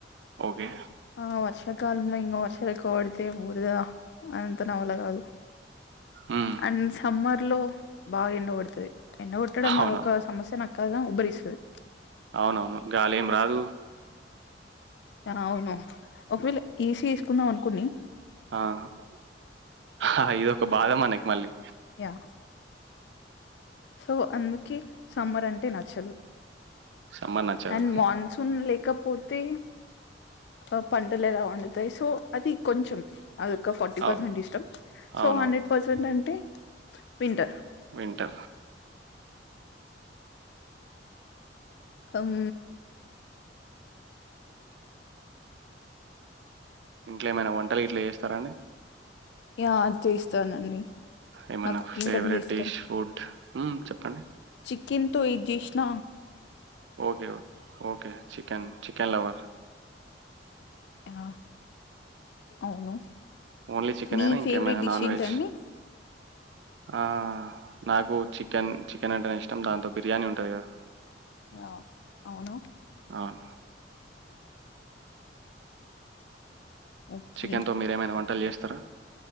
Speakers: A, on the right (about 70°); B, on the left (about 65°).
A: ఓకే
B: ఆ వర్ష్ ర్షాకాలంలో ఇంగ వర్షాలు ఎక్కువ పడితే బురదా అదంతా నావల్ల కాదు
A: ఉమ్,
B: అండ్ సమ్మర్ లో బా ఎండ కొడుతది ఎండ కొట్టటడం
A: అవునవును
B: అదొ ఒక సమస్యన కాదుగా ఉబ్బరిస్తాది
A: అవునవును గాలి ఏం రాదు
B: అవును ఒకవేళ ఏ సీ వేసుకుందాం అనుకోని
A: ఆ ఇదొక బాధ మనకి మళ్ళీ
B: యా సో అందుకే సమ్మర్ అంటే నచ్చదు
A: సమ్మర్ నచ్చదు
B: అండ్ మాన్సూన్ లే ఇకపోతే ఆ పంటలు ఎలా పండుతాయి సో అది కొంచెం అదొక ఫార్టీ పర్సెంట్
A: అవ్-
B: ఇష్టం
A: అవునవును.
B: సో హండ్రెడ్ పర్సెంట్ అంటే వింటర్
A: వింటా.
B: అం
A: ఇంట్లో ఏమైనా వంటలు ఇట్లా చేస్తారా అండి
B: యా చేస్తానండి
A: ఏమైనా
B: నాకు కుకింగ్
A: ఫేవరెట్
B: అంటే ఇష్టం
A: డిష్ ఫుడ్ ఓం చెప్పండి
B: చికెన్తో ఎద్ చేసిన
A: ఓకేఓ ఓకే చికెన్ చికెన్ లవర్
B: ఆ అవును
A: ఓన్లీ చికెన్
B: మీ
A: అయినా ఇంకేమైనా
B: ఫేవరెట్ డిష్
A: నాన్
B: ఏంటండి
A: వెజ్ ఆ నాకు చికెన్ చికెన్ అంటే ఇష్టం దాంతో బిర్యానీ ఉంటది కదా
B: య అవును
A: అవును.
B: ఓకే
A: చికెన్ తో మీరేమైనా వంటలు చేస్ తర